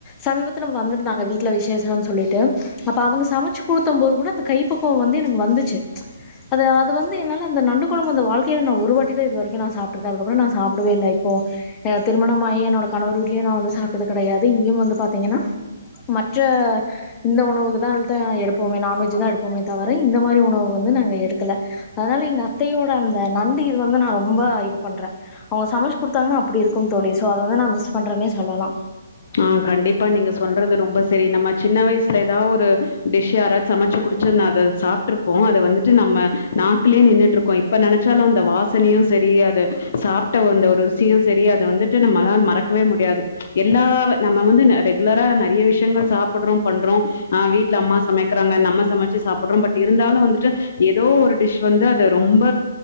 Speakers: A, on the left; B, on the left.
A: சமீபத்தில வந்திருந்தாங்க வீட்ல விசேஷனு சொல்லிட்டு அப்ப அவங்க சமைச்சு குடுத்தம் போது கூட அந்த கைப்பக்குவ வந்து எனக்கு வந்துச்சு அது அது வந்து என்னால அந்த நண்டு கொழம்பு அந்த வாழ்க் கைல நா ஒருவாட்டிதா இது வரைக்கு நா சாப்ட்ருக்க அதுக்கு அப்புற நா சாப்படவே இல்ல இப்போ ஆ திருமணமாயி என்னோட கணவர் வீடலேயே நா வந்து சாப்ட்டது கெடையாது இங்கேயு வந்து பாத்தீங்கன்னா மற்ற இந்த உணவுக்குகள்தா அ எடுப்போமே நான்வெஜ் தா எடுப்போமே தவிர இந்த மாரி உணவு வந்து நாங்க எடுத் ல்ல அதனால எங்க அத்தையோட அந் அ நண்டு இது வந்து நா ரொம்ப இது பண்ற அவங்க சமைச்சு குடுத்தாங்கன்னா அப்டி இருக்கு தோழி சோ அத வந்து நா மிஸ் பண்றனே சொல்லலா
B: ஆ கண்டிப்பா நீங்க சொல்றது ரொம்ப சரி நம்ம சின்ன வயசுல ஏதாவது ஒரு டிஷ் யாரா சமைச்சு குடிச்சு அத சாப்ட்டுருப்போ அது வந்துட்டு நம்ம நாக்கலேயே நின்ட்டுருக்கு இப்ப நெனைச்சாலு அந்த வாசனையு சரி அத சாப்ட்ட அந்த ஒரு ருசியு சரி அத வந்துட்டு நம்மளால மறக்கவே முடியாது எ எல்லாவ நம்ம வந்து ந ரெகுலரா நறைய விஷயங்கள் சாப்பட்றோ பண்றோ ஆ வீட்ல அம்மா சமைக்றாங்க நம்ம சமைச்சு சாப்புடுறோ பட் இருந்தாலு வந்துட்டு எதோ ஒரு டிஷ் வந்து அது ரொம்ப